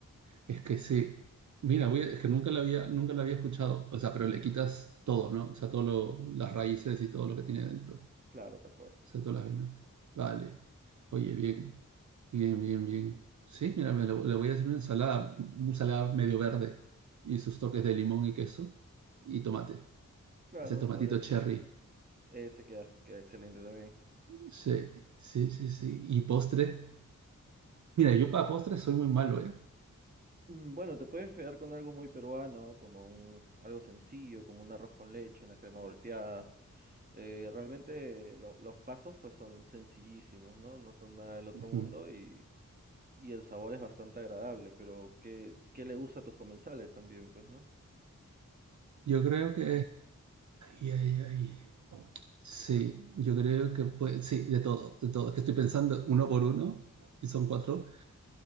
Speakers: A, on the right; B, on the right.
A: Es que sí. Mira, voy a- es que nunca la había, nunca la había escuchado. O sea, pero le quitas todo, ¿no? O sea, todo lo- las raíces y todo lo que tiene dentro. O
B: Claro, tal cual.
A: sea, todas las venas. Vale. Oye, bien. Bien, bien, bien. Sí, mira, me lo- le voy a hacer una ensalada, una ensalada medio verde y sus toques de limón y queso y tomate.
B: Claro,
A: Ese tomatito
B: podría ser.
A: cherry.
B: Ese queda, queda excelente también.
A: Sí, sí, sí, sí. Y postre. Mira, yo para postres soy muy malo, ¿eh?
B: Mm, Bueno, te puedes pegar con algo muy peruano, como un, algo sencillo, como un arroz con leche, una crema volteada. Eh, realmente lo- los pasos pues son sencillísimos, ¿no? No son nada del otro
A: Ujú.
B: mundo y Y el sabor es bastante agradable, pero ¿qué, qué le gusta a tus comensales también, pues, ¿no?
A: Yo creo que... Ay, ay, ay. Sí, yo creo que puede... Sí, de todo, de todo. Es que estoy pensando uno por uno y son cuatro.